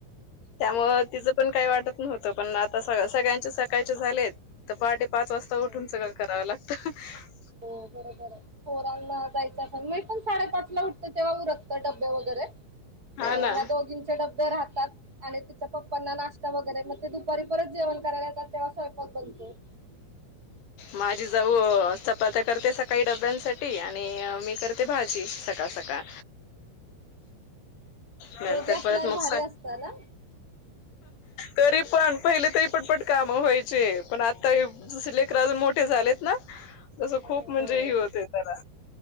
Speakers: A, on the left; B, on the right.
A: त्यामुळे
B: हा
A: तिचं पण काय वाटत नव्हतं, पण आता सगळ्यांचे सकाळचे झालेत, तर पहाटे पाच वाजता
B: हो
A: उठून सगळं करावं लागत <unintelligible>
B: हो बरोबर हाय, पोरांना जायचं असेल मी पण साडेपाचला उठ ते तेव्हा उरकते डब्बे वगैरे
A: हा
B: ह्या
A: ना.
B: दोघींचे डब्बे राहतात. आणि तिच्या पप्पांना नाश्ता वगैरे मग ते दुपारी परत जेवण करायला येतात, तेव्हा स्वयंपाक बनतो. हम्म.
A: माझी जाऊ चपात्या करते सकाळी डब्यांसाठी आणि मी करते भाजी सकाळ सकाळ. नंतर
B: दोघे असल्यावर
A: परत मग
B: भारी
A: सं
B: असत ना
A: तरी पण पहिले तरी पटपट काम व्हायचे. पण आता हे जसं लेकरं अजून मोठे झालेत ना तसं
B: हो
A: खूप
B: हो
A: म्हणजे हे होतेय त्याला.